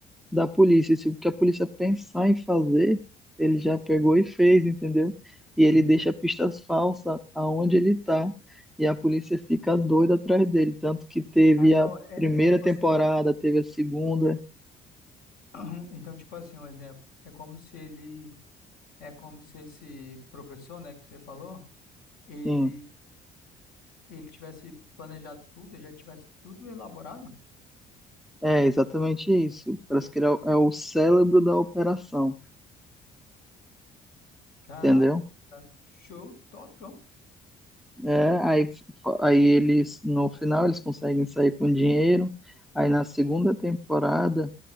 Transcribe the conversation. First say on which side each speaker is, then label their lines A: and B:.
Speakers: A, in the centre; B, on the left (about 60°).
A: da polícia. Se o que a polícia pensar em fazer, ele já pegou e fez, entendeu? E
B: uhum.
A: ele deixa pistas falsas aonde ele está E a polícia fica doida atrás dele. Tanto que teve
B: Ah, então,
A: a
B: é,
A: primeira
B: é tipo
A: temporada,
B: assim,
A: teve a segunda.
B: <clears throat> Então, tipo assim, um exemplo, é como se ele, é como se esse professor, né, que você falou, ele,
A: Sim,
B: ele tivesse planejado tudo, já tivesse tudo elaborado.
A: é exatamente isso. Parece que ele é o é o cérebro da operação,
B: Caraca,
A: entendeu?
B: show, top, ó.
A: É, aí, aí eles, no final, eles conseguem sair com dinheiro. Aí na segunda temporada,